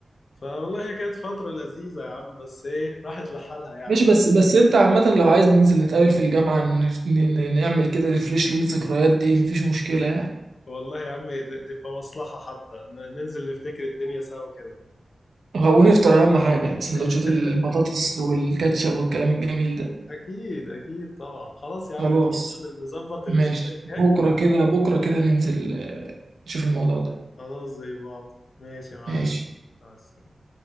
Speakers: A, on the left; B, on the right.
A: فوالله هي كانت فتره لذيذه يا عم بس ايه راحت لحالها يعني
B: مش
A: ف...
B: بس بس انت عامة لو عايز ننزل نتقابل في الجامعة نف- ن- ن- نعمل كده ريفريش للذكريات دي مفيش مشكلة يعني
A: والله يا عم ت- تبقى مصلحه حتى ن- ننزل نفتكر الدنيا سوا كده
B: ونفطر اهم حاجة سندوتشات
A: <laughs>
B: البطاطس والكاتشب والكلام الجميل ده
A: اكيد اكيد طبعا خلاص يا
B: خلاص
A: عم ان شاء الله نظبط الاسبوع
B: ماشي
A: الجاي
B: بكرة كده بكرة كده ننزل آه، نشوف الموضوع ده
A: خلاص زي بعض ماشي يا معلم
B: ماشي
A: مع السلامة